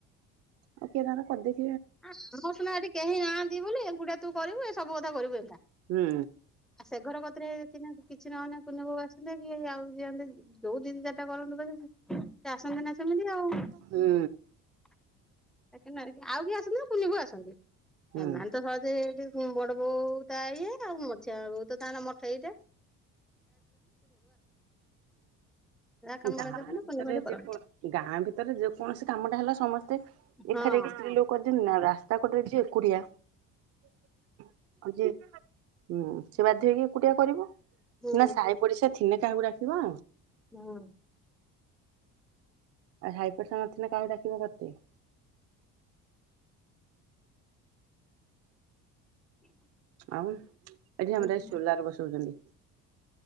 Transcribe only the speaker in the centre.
ଆମର ସିନା ଏଠି କେହି ନାହାନ୍ତି ବୋଲି ଏକୁଟିଆ। ତୁ କରିବୁ ଏ ସବୁ କଥା କରିବୁ।
ଆଉ ସେ ଘର କତରେ ହେଇ ଥିନେ କି? କିଛି ନ ହେଲେ କୁନୁ ବଉ ଆସିଲେ କି ଆଉ ଯିଅନ୍ତି ଯୋଉ ଦିଦି ଚାରିଟା କରନ୍ତୁ। ସେ ଆସନ୍ତି ନା ସେମିତି ଆଉ।
<unintelligible> ଆଉ କି ଆସନ୍ତି ନା କୁନି ବୋଉ ଆସନ୍ତି।
ଏମାନେ ତ ସହଜେ ଏଇଠି ବଡ଼ ବୋଉ ତା ଇଏ ଆଉ ମଝିଆ ବୋଉ ତ ତାର ମଠେଇ ଟା। ଯାହା କାମ
କାର୍ଯ୍ୟ କଲେ
ପୁନି ବୋଉ କରନ୍ତି।
ହଁ
ହୁଁ
ହଁ।
<inaudible>
ହୁଁ। ହୁଁ